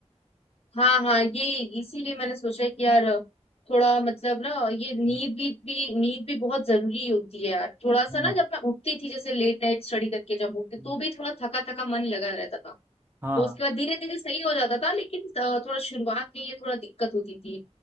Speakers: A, on the left (about 55°); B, on the right (about 20°).
A: हाँ हाँ ये इसीलिए मैंने सोचा कि यार थोड़ा मतलब ना ये नींद
B: हम्म,
A: भी, भी नींद भी बहुत जरूरी होती है यार थोड़ा
B: हाँ
A: सा ना जब मैं उठती थी जैसे लेट नाइट स्टडी करके जब उठती
B: हम्म,
A: तो भी थोड़ा थका थका मन लगा रहता था
B: हाँ
A: तो उसके बाद धीरे धीरे सही हो जाता था लेकिन अ, थोड़ा शुरुआत में ये थोड़ा दिक्कत होती थी